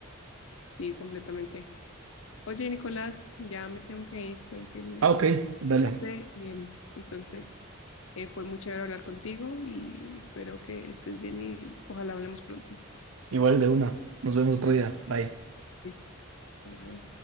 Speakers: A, on the left; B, on the right.
A: Sí, completamente. Oye, Nicolás, ya me tengo que ir, tengo que irme
B: Ah, ok, dale.
A: a clase. em, entonces, eh, fue muy chévere hablar contigo y espero que estés bien y ojalá hablemos pronto.
B: Igual de una. Nos vemos otro día. Bye.
A: Listo. Bye.